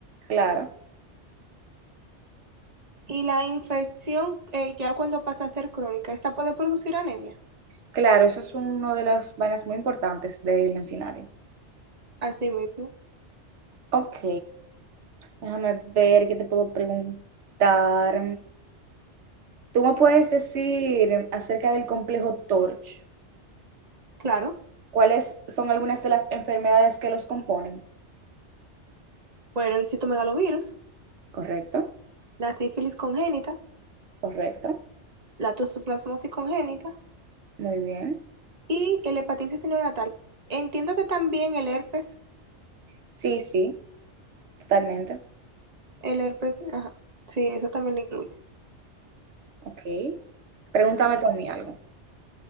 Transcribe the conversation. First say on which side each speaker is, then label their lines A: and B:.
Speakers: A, on the right; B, on the right.
A: claro,
B: Y la infección, eh, ya cuando pasa a ser crónica, esta puede producir anemia.
A: claro, eso es uno de los vainas muy importantes de Leoncinares.
B: Asimismo,
A: Ok, déjame ver qué te puedo preguntar. ¿Tú me puedes decir acerca del complejo Torch?
B: claro.
A: ¿Cuáles son algunas de las enfermedades que los componen?
B: Bueno, el citomegalovirus,
A: Correcto,
B: la sífilis congénita,
A: correcto,
B: la toxoplasmosis congénita
A: muy bien.
B: y el hepatitis neonatal. Entiendo que también el herpes.
A: Sí, sí, totalmente.
B: El herpes, ajá. Sí, eso también lo incluye.
A: Ok, pregúntame tú a mí algo.